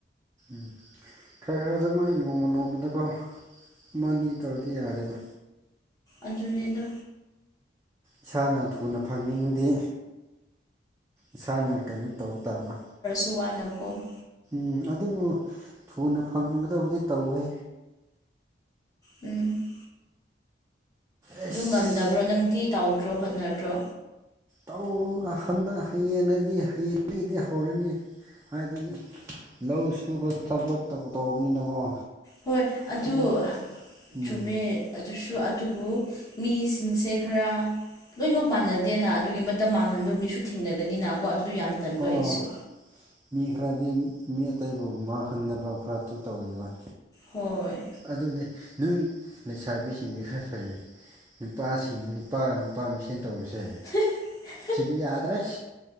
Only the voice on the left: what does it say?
ꯑꯗꯨꯗ
ꯁ ꯅꯀꯣ
ꯎꯝ <inaudible>
ꯑꯗꯨ ꯉꯝꯗꯕ꯭ꯔꯣ ꯅꯪꯗꯤ ꯇꯥꯎꯗ꯭ꯔꯣ ꯍꯣꯠꯅꯗ꯭ꯔꯣ
ꯍꯣꯏ ꯑꯗꯨ
ꯆꯨꯝꯃꯦ ꯑꯗꯨꯁꯨ ꯑꯗꯨꯕꯨ ꯃꯤꯁꯤꯡꯁꯦ ꯈꯔ ꯂꯣꯏꯅꯃꯛ ꯃꯥꯟꯅꯗꯦꯅ ꯑꯗꯨꯒꯤ ꯃꯇꯝ ꯃꯥꯡꯍꯟꯕ ꯃꯤꯁꯨ ꯊꯦꯡꯅꯒꯅꯤꯅꯀꯣ ꯌꯥꯝ ꯇꯟꯕ
ꯑꯩꯁꯨ
ꯍꯣꯏ
<inaudible>